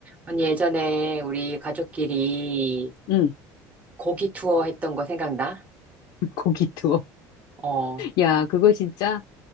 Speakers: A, on the right (about 20°); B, on the left (about 65°).
A: 언니 예전에 우리 가족끼리
B: 응,
A: 고기 투어 했던 거 생각나?
B: <laughs> 고기 투어.
A: 어,
B: 야, 그거 진짜,